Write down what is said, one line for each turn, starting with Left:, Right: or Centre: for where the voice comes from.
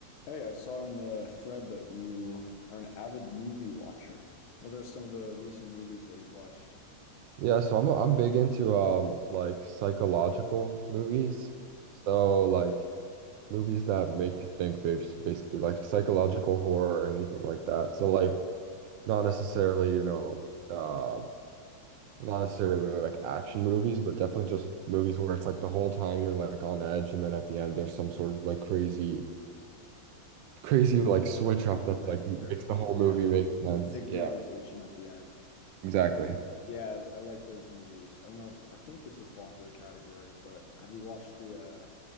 Left: Hey, I saw in the thread that you are an avid movie watcher. What are some of the recent movies that you've watched?
Right: Yeah, so I'm I'm big into um like psychological movies. So like movies that make you think bas- basically like psychological horror or anything like that. So like not necessarily, you know, um not necessarily like action movies, but definitely just movies where it's like the whole time you're like on edge and then at the end there's some sort of like crazy crazy like switch
Left: A plot
Right: up that's
Left: twist
Right: like makes
Left: or
Right: the whole
Left: yeah,
Right: movie
Left: like
Right: make sense.
Left: big realization
Right: Yeah,
Left: at the end.
Right: exactly.
Left: Yeah, I I like those movies. I don't know if I think this would fall into the category, but have you watched the uh